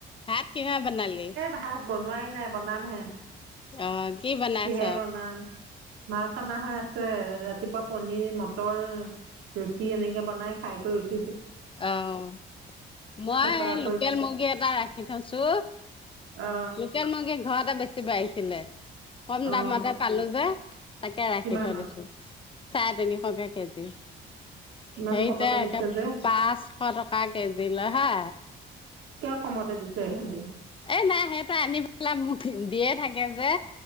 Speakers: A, on the left; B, on the right.
A: ভাত কিহৰ বনালি?
B: ভাত বনোৱাই নাই বনাম হে।
A: অ', কি বনাইছ?
B: কিহেৰে বনা, মাছ আমাৰ ঘৰত আছে ৰাত ৰাতিপুৱা পনীৰ, মটৰ, ৰুটি এনেকে বনাই খাই কৰি উঠ
A: অ', মই
B: তাৰপা আকৌ
A: লোকেল মুৰ্গী এট এটা ৰাখি থৈছো,
B: অ
A: লোকেল মুৰ্গী ঘৰতে বেচিব আহিছিলে। কম
B: অ
A: দামতে পালো যে, তাকে ৰাখি
B: কিমানত
A: থৈ দিছো। চাৰে তিনিশকে কেজি।
B: ইমান
A: হেৰিতে
B: কমতে দিছে
A: একে
B: যে
A: পাঁচশ টকা কেজি লয় হা।
B: কিয় কমতে দিছে এহেদি?।
A: এই নাই সিহঁতে আনি পেলাই মোক দিয়ে থাকে যে।